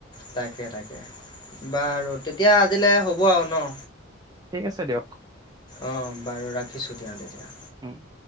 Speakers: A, on the left; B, on the right.
A: তাকে তাকে। বাৰু তেতিয়া আজিলে হ'ব আও ন?
B: ঠিক আছে দিয়ক।
A: অঁ বাৰু ৰাখিছোঁ দিয়া তেতিয়া।
B: উম।